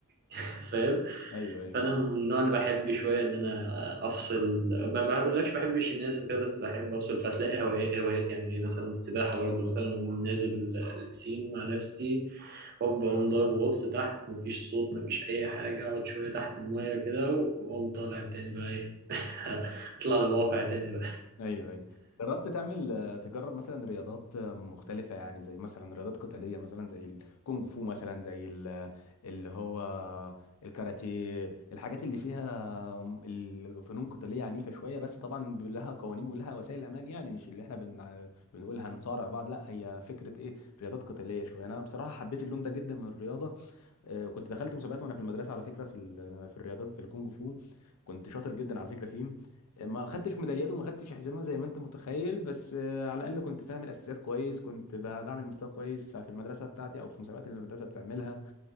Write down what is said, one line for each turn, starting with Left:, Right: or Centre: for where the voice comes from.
Right: <laughs> فاهم
Left: ايوه ايوه
Right: فانا من النوع اللي بحب شويه ان انا افصل ما بقولكش بحبش الناس وكده بس بحب افصل فتلاقي هوايات هوايات يعني إيه مثلا السباحه برضه مثلا اقوم نازل البسين مع نفسي هوب اقوم ضارب غطس تحت مفيش صوت مفيش اي حاجه اقعد شويه تحت الميه كده واقوم طالع تاني بقى ايه <laughs> اطلع للواقع تاني بقى
Left: ايوه ايوه جربت تعمل آه، تجرب مثلا رياضات آه، مختلفة يعني زي مثلا رياضات قتالية مثلا زي الكونغ فو مثلا زي ال- آه، اللي هو الكاراتيه الحاجات اللي فيها آه، الفنون قتالية عنيفة شوية بس طبعا لها قوانين ولها وسائل أمان يعني مش اللي احنا بن... بنقول هنصارع بعض لا هي فكرة ايه رياضات قتالية شوية أنا بصراحة حبيت اللون ده جدا من الرياضة آه، كنت دخلت مسابقات وانا في المدرسه على فكره في ال- في الرياضات في الكونغ فو كنت شاطر جدا على فكره فيه آه، ما خدتش ميداليات وما خدتش حزامه زي ما انت متخيل بس آه، على الاقل كنت فاهم الاساسيات كويس كنت ب- بعمل مستوى كويس في المدرسه بتاعتي او في مسابقات اللي المدرسه بتعملها